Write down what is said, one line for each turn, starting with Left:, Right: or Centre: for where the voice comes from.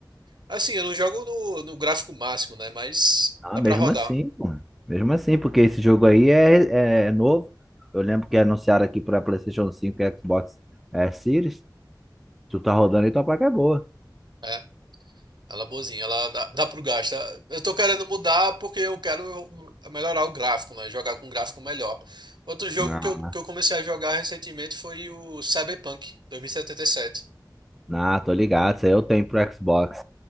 Right: Assim, eu não jogo no, no gráfico máximo, né? Mas
Centre: Não,
Right: dá
Centre: mesmo
Right: pra rodar.
Centre: assim, pô. Mesmo assim, porque esse jogo aí é, é é novo. Eu lembro que anunciaram aqui pra PlayStation cinco, e Xbox é, Series. Tu tá rodando e tua placa é boa.
Right: né? Ela é boazinha, ela dá, dá pro gasto. Eu tô querendo mudar porque eu quero melhorar o gráfico, né? Jogar com um gráfico melhor. Outro jogo
Centre: Ah,
Right: que eu, que eu comecei a jogar recentemente foi o Cyberpunk 2077.
Centre: não, tô ligado. Isso aí eu tenho pro Xbox.